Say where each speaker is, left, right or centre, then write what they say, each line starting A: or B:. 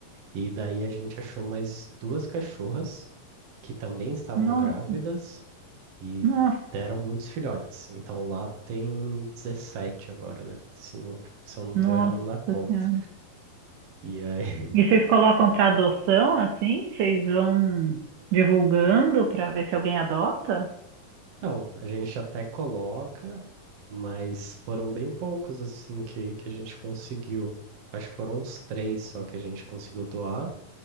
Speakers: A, on the right; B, on the right.
A: E daí a gente achou mais duas cachorras que também estavam
B: Nossa,
A: grávidas e
B: nossa,
A: deram muitos filhotes. Então lá tem 17 agora, né? Se não, se eu não
B: nossa
A: tô errando na conta.
B: senhora.
A: E aí
B: E vocês colocam para adoção assim? Vocês vão divulgando para ver se alguém adota?
A: Não, a gente até coloca, mas foram bem poucos assim que, que a gente conseguiu. Acho que foram uns três só que a gente conseguiu doar.